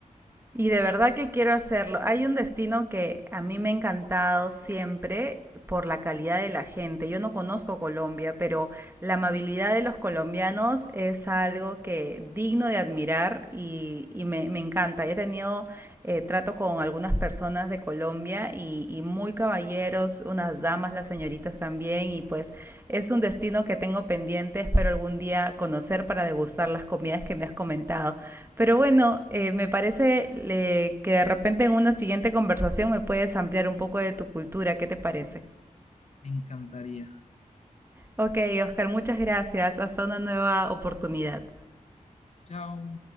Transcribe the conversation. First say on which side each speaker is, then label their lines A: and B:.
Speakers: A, on the right; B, on the left.
A: Y de verdad que quiero hacerlo. Hay un destino que a mí me ha encantado siempre por la calidad de la gente. Yo no conozco Colombia, pero la amabilidad de los colombianos es algo que digno de admirar y, y me, me encanta. He tenido eh, trato con algunas personas de Colombia y, y muy caballeros, unas damas, las señoritas también. Y pues es un destino que tengo pendiente. Espero algún día conocer para degustar las comidas que me has comentado. Pero bueno, eh, me parece le- que de repente en una siguiente conversación me puedes ampliar un poco de tu cultura, ¿qué te parece?
B: me encantaría.
A: Ok, Oscar, muchas gracias. Hasta una nueva oportunidad.
B: Chao.